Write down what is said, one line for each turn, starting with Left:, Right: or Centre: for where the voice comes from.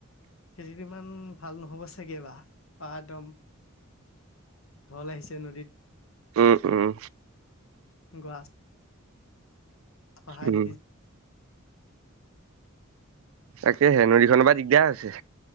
Left: খেতি ইমান ভাল নহব চাগে বা বা একদম ঢল আহিছে নদীত
Right: উম উম
Left: গোৱা সহায়
Right: উম
Left: নিজ
Right: তাকেহে নদীখনৰ পৰা দিগদাৰ হৈছে